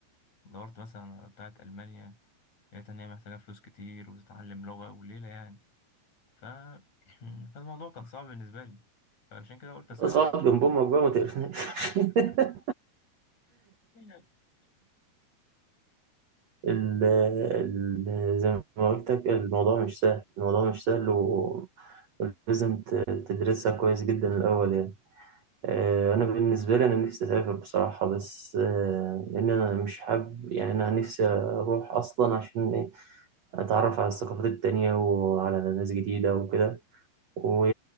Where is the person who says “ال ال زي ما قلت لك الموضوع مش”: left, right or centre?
Right